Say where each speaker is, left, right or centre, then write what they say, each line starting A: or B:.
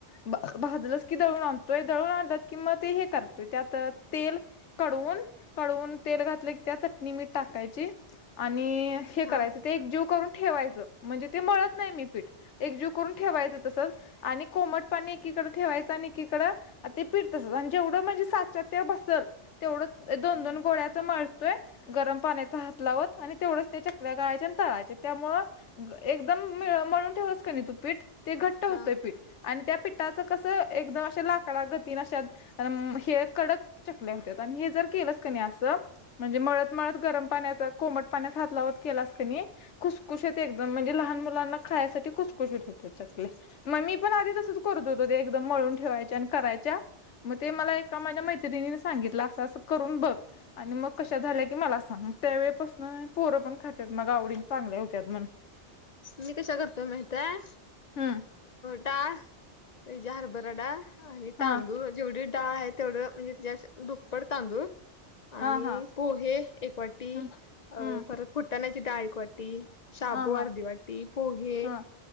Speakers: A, on the left; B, on the left.
A: भाजलंच की दळुन आणतोय दळुन आणलं कि म ते हे करतोय त्यात तेल कडवून, कडवून तेल घातलं की त्यात नि मिठ टाकायची आणि हे
B: हा
A: करायचं ते एक जीव करून ठेवायचं म्हणजे ते मळत नाही मी पीठ एकजीव करून ठेवायचं तसंच आणि कोमट पाणी एकीकडे ठेवायचं आणि एकीकड ते पिट तसच आणि जेवंड म्हणजे सा ते बसल तेवढ च दोन,
B: हा
A: दोन गोळ्या च मळतोय गरम पाण्याचा हात लावत आणि तेवढच त्या चकड्या गाळायच्या आणि तळायचे त्यामुळं अ एकदमळ मळून ठेवलंस का नाही तू पीठ ते घट्ट होतंय
B: हा
A: पीठ आणि त्या पिठाचं कसं एकदम अशे लाकडा गतीन अशा म हे कडक चकल्या हुत्यात आणि हे जर केलं स कनी न असं म्हणजे मळत, मळत गरम पाण्या चा कोमट पाण्याचा हात लावत केलास कनी खुसखुशत एकदम म्हणजे लहान मुलांना खायसाठी खुसखुशीत होतेत चकल्या मग मी पण आधी तसच करत होतो ते एकदम मळून ठेवायच्या आणि करायच्या मग ते मला एका माझ्या मैत्रिणीने सांगितलं असं, असं करून बघ आणि मग कशा झाल्या की मला सांग मग त्या वेळेपासून पोर पण खातात मग आवडीन चांगल्या होत्यात म्हणु
B: मी कश्या करतो माहीतय हाय?
A: हुम्म.
B: डाळ ही जी हरबराडा आणि
A: हा
B: तांदूळ म जेवढी डाळ आहे तेवढं म्हणजे तच्या दुप्पट तांदूळ आणि
A: हा हा
B: पोहे एक वाटी
A: हम्म
B: अ
A: हम्म
B: परत फुटतानाची डाळ एक वाटी शाबू
A: हा हा
B: अर्धी वाटी, पोहे
A: हा